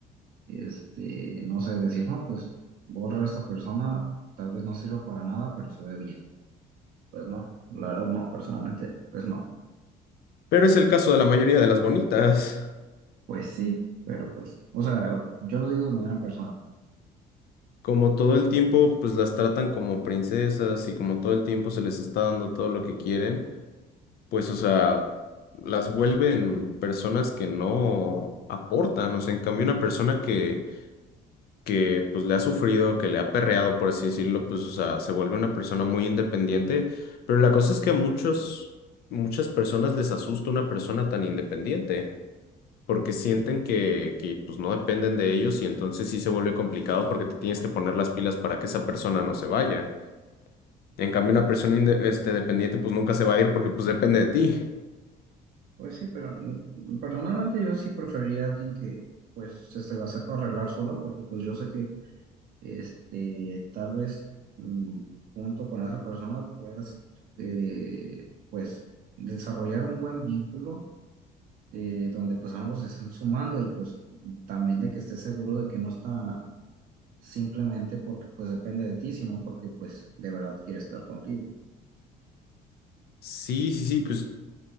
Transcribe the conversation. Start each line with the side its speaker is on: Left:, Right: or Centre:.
Right: Este, no sé, decir, no, pues borra a esta persona, tal vez no sirva para nada, pero se ve bien. Pues no, la verdad no, personalmente, pues no.
Left: Pero es el caso de la mayoría de las bonitas.
Right: Pues sí, pero pues, o sea, yo lo digo de manera personal.
Left: Como todo el tiempo, pues las tratan como princesas y como todo el tiempo se les está dando todo lo que quieren, pues, o sea, las vuelven personas que no aportan. O sea, en cambio, una persona que, que pues le ha sufrido, que le ha perreado, por así decirlo, pues, o sea, se vuelve una persona muy independiente. Pero la cosa es que a muchos, muchas personas les asusta una persona tan independiente porque sienten que, que, pues no dependen de ellos y entonces sí se vuelve complicado porque te tienes que poner las pilas para que esa persona no se vaya. En cambio, una persona inde- este, dependiente pues nunca se va a ir porque pues depende de ti.
Right: Pues sí, pero mm, personalmente yo sí preferiría a alguien que pues se se la sepa arreglar sola, porque pues yo sé que este, tal vez mm, junto con esa persona puedas, eh, pues, desarrollar un buen vínculo eh, donde pues ambos se estén sumando y pues también de que estés seguro de que no está simplemente porque pues depende de ti, sino porque pues de verdad quiere estar contigo.
Left: Sí, sí, sí, pues